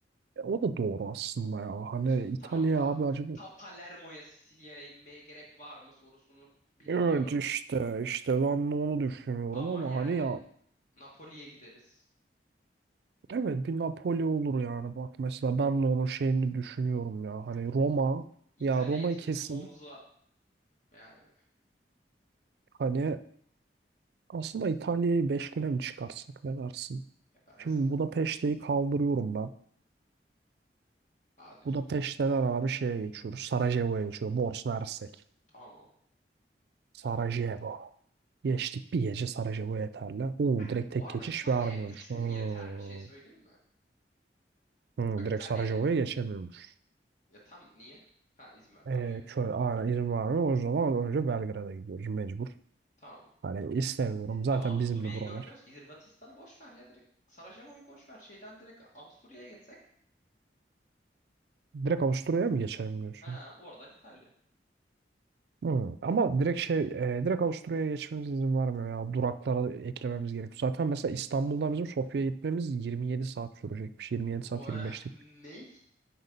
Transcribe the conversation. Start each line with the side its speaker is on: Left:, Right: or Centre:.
Right: E, o da doğru aslında ya.
Left: E,
Right: Hani
Left: Şimdi
Right: İtalya
Left: tamam ta,
Right: abi acaba
Left: ta Palermo'ya, Sicilya'ya inmeye gerek var mı sorusunu bilmiyorum.
Right: Evet işte işte ben de onu düşünüyorum
Left: Ama
Right: ama
Left: yani
Right: hani ya
Left: Napoli'ye gideriz.
Right: Evet bir Napoli olur yani bak mesela ben de onun şeyini düşünüyorum ya hani Roma
Left: İtalya'ya
Right: ya Roma'yı
Left: için
Right: kesin
Left: Monza yani
Right: hani aslında İtalya'yı 5 güne mi çıkarsak ne dersin?
Left: ya ben
Right: Şimdi
Left: mesela
Right: Budapeşte'yi kaldırıyorum ben.
Left: hadi çık-
Right: Budapeşte'den abi şeye geçiyoruz. Sarajevo'ya geçiyoruz. Bosna Hersek.
Left: tamam.
Right: Sarajevo. Geçtik bir gece Sarajevo yeterli. Oo
Left: Ha,
Right: direkt
Left: bu
Right: tek
Left: arada
Right: geçiş
Left: İtalya'ya
Right: vermiyormuş.
Left: 3 gün
Right: Hmm.
Left: yeter bir şey söyleyeyim mi?
Right: Hmm,
Left: Bak
Right: direkt
Left: İtalya'ya
Right: Sarajevo'ya geçemiyormuş.
Left: ya tam niye? Ha izin vermiyor
Right: Ee,
Left: okey.
Right: şöyle aynen
Left: Pl-
Right: izin vermiyor. O zaman önce Belgrad'a gidiyoruz mecbur.
Left: Tamam.
Right: Hani istemiyorum. Zaten
Left: Ama Avusturya'yı
Right: bizim de buralar.
Left: görmüyoruz ki. Hırvatistan'ı boş ver ya direkt. Sarajevo'yu boş ver. Şeyden direkt Avusturya'ya geçsek.
Right: Direkt Avusturya'ya mı geçelim diyorsun?
Left: Ha oradan İtalya.
Right: Hı. Ama direkt şey e, direkt Avusturya'ya geçmemiz izin vermiyor ya. Duraklara eklememiz gerekiyor. Zaten mesela İstanbul'dan
Left: Hmm.
Right: bizim Sofya'ya gitmemiz 27 saat sürecekmiş. 27 saat
Left: O,
Right: 25'lik.
Left: eh, ney?